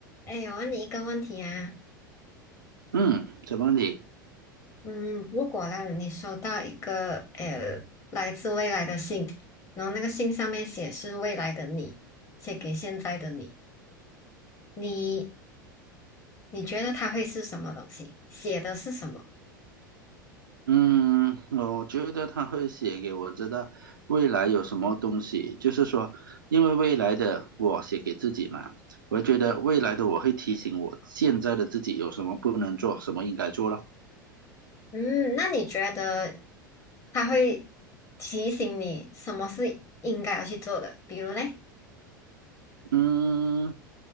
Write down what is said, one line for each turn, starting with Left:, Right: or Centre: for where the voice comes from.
Left: 哎，我问你一个问题啊，
Right: 嗯，什么你？
Left: 嗯，如果啦，你收到一个呃来自未来的信，然后那个信上面写是未来的你，写给现在的你，你你觉得它会是什么东西？写的是什么？
Right: 嗯，我觉得他会写给我知道未来有什么东西，就是说，因为未来的我写给自己嘛，我觉得未来的我会提醒我现在的自己有什么不能做，什么应该做了。
Left: 嗯，那你觉得它会提醒你什么是应该要去做的？比如嘞，
Right: 嗯，